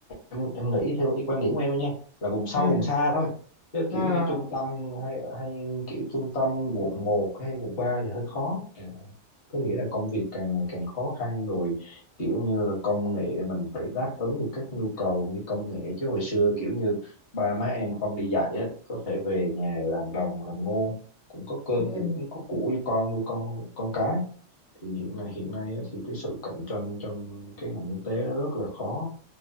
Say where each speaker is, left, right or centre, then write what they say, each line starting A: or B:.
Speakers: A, on the left (about 50°); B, on the left (about 85°).
A: em em nghĩ theo ý quan điểm của em thôi nha là vùng sâu
B: ừ
A: vùng xa thôi chứ
B: ờ,
A: kiểu như trung tâm hay hay kiểu trung tâm quận một hay quận 3 thì hơi khó Ờ, có nghĩa là công việc càng ngày càng khó khăn rồi kiểu như là công nghệ mình phải đáp ứng được các nhu cầu như công nghệ chứ hồi xưa kiểu như ba má em không đi dạy á có thể về nhà làm đồng làm ngô cũng có cơm
B: ừ.
A: cũng cũng có củ cho con nuôi con con cái thì hiện nay hiện nay á, thì cái sự cạnh tranh trong cái ngành kinh tế nó rất là khó